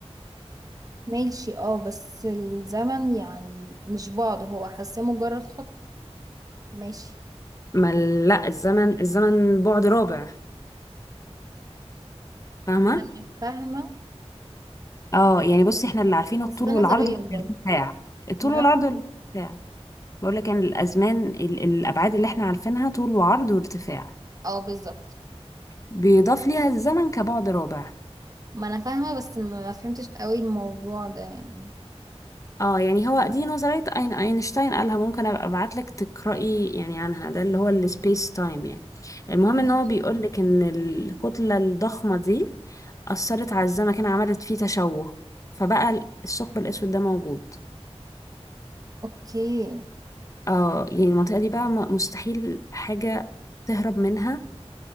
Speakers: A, on the right; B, on the left.
A: ماشي اه بس الزمن يعني مش بعد هو حاساه مجرد خط ماشي
B: ما ال- لا الزمن الزمن بعد رابع فاهمة
A: ما انا فاهمة
B: اه يعني بصي احنا اللي عارفينه
A: بس
B: الطول
A: ده
B: والعرض
A: نظريا برضه
B: والارتفاع الطول
A: نعم
B: والعرض والارتفاع بقول لك ان الازمان ال- الابعاد اللي احنا عارفينها طول وعرض وارتفاع
A: اه بالظبط
B: بيضاف ليها الزمن كبعد رابع
A: ما انا فاهمة بس ما فهمتش قوي الموضوع ده يعني
B: اه يعني هو دي نظرية أين أينشتاين قالها ممكن أبقى أبعتلك تقرأي يعني عنها ده اللي هو السبيس تايم يعني المهم
A: ماشي.
B: إن هو بيقولك إن الكتلة الضخمة دي أثرت على الزمكان عملت فيه تشوه فبقى الثقب الأسود ده موجود
A: اوكي
B: اه يعني المنطقة دي بقى م- مستحيل حاجة تهرب منها